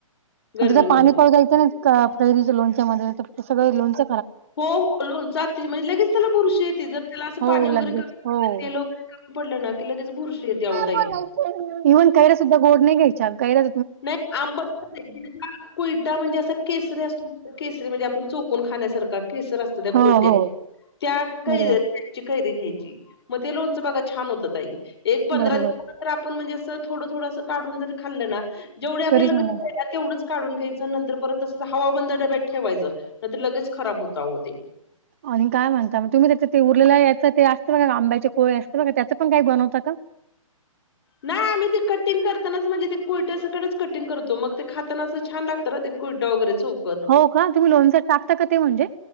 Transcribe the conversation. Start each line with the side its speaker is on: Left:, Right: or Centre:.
Left: गरमीमध्ये.
Right: आणि तिथं पाणी पळयचं ना का कैरीच्या लोनच्या मध्ये तर सगळं लोनच.
Left: हो हो लोणचं आतीच म्हणजे लगेच त्याला बुरशी येते, जर तीला असं
Right: हो
Left: पाणी वगैरे
Right: लगेच
Left: कमी
Right: हो
Left: पडलं तेल काय कमी पडलं ना, की लगेच बुरशीे येते अहो
Right: हा
Left: ताई ते
Right: इव्हन कैरा सुद्धा गोड नाही घ्यायच्या कैरा
Left: नाही आंबट. <unintelligible> कुयटा म्हणजे असं केसरी असतो केसरीे म्हणजे आपण चोकून खाण्यासारखा केसर असतं. त्या कुलट्या
Right: हो हो
Left: त्यात <unintelligible>
Right: बरोबर
Left: कच्छी कैरी घ्यायची, मग ते लोनचं बघा छान होतं ताई. एक पंधरा
Right: बरोबर
Left: दि तर आपण म्हणजे असं थोडं थोडं असं काढून जरी खाल्ल ना, जेवढे आपल्याला
Right: तरी छान
Left: गरज आहे ना तेवढंच काढून घ्यायचं, नंतर परत तसंच हवा बंद डब्यात ठेवायचं. नाहीतर लगेच खराब होतं अहो ते.
Right: आणि काय म्हणता मग तुम्ही त्याच ते उरलेल्या याचं ते असते बघ आंब्याचे कोय असते बघा, त्याचं पण काही बनवता का?
Left: नाही आम्ही ते कटिंग करतानाच म्हणजे, ते कोयट्या सकडेच कटिंग करतो मग ते खाताना असं छान लागतं ना ते कोय <unintelligible>
Right: हो का तुम्ही लोणचं टाकता का ते म्हणजे?